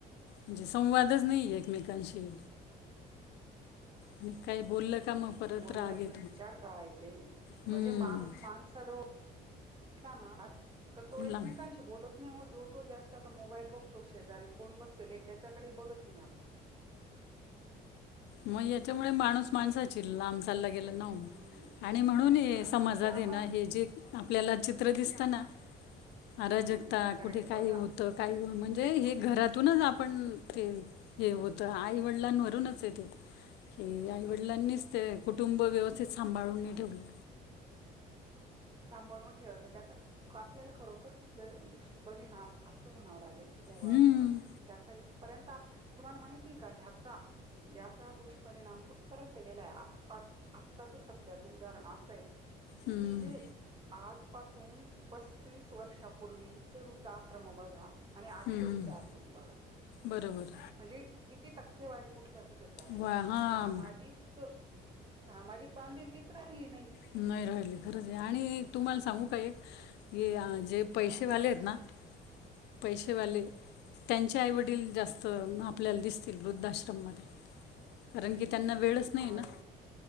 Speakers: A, on the left; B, on the right.
A: म्हणजे संवादच नाही एकमेकांशी, आणि काही बोललं का मग परत
B: बण्यात
A: राग येतो
B: विचार करायचे
A: हम्म,
B: म्हणजे माणूस मा <unintelligible> की तो एकमेकांशी
A: लांब
B: बोलत नाही जो तो ज्याचा त्याचा मोबाईल बघतो शेजारी कोण बसलेले त्याच्याकडे बघत नाही आपण.
A: मग याच्यामुळे माणूस
B: म्हणजे
A: माणसाची लांब चालला गेला नाहाओ
B: हम्म.
A: आणि म्हणून ये
B: हा,
A: समाजात
B: मग जे आपण
A: ये हे जे आपल्याला चित्र दिसतना.
B: हम्म,
A: अराजकता
B: करेक्ट
A: कुठे काही
B: बघा
A: होतं काही हो म्हणजे हे
B: हम्म.
A: घरातूनच आपण ते हे होत आई वडिलां <unintelligible> य तेे की आईवडिलांनीच ते कुटुंब व्यवस्थित सांभाळून नाही ठेवलं.
B: सांभाळवून ठेवत नाही त्याचा आपल्याला खरोखर खूप दुष् बरिणाम असं म्हणावं लागेल बोगावं
A: हम्म,
B: लागेल त्याचा इथपर्यंत तुम्हाला माहिती का ह्याचा याचा दुष्परिणाम कुठ र्यंत गेलाय आ आताच सध्याच उदाहरण असं आहे
A: हम्म,
B: की जे आजपासून पस्तीस वर्षापूर्वी चे वृद्ध आश्रम बघा आणि आजचे
A: हम्म.
B: वृद्ध आश्रम बघा
A: बरोबर.
B: म्हणजे किती टक्केवारी कुठल्या कुठे चालली
A: वा हां,
B: सामाजिक सामाजिक बांधिलकीच राहिली नाही.
A: नाही राहिली खरंच आहे आणि तुम्हाला सांगू का एक क जे पैसेवाले
B: आणि माझी
A: आहेत
B: दो
A: ना, पैसेवाले त्यांचे आईवडील जास्त आपल्याला दिसतील वृद्धाश्रममध्ये. कारण की त्यांना वेळच नाही
B: आवाज
A: ना.
B: नाहीत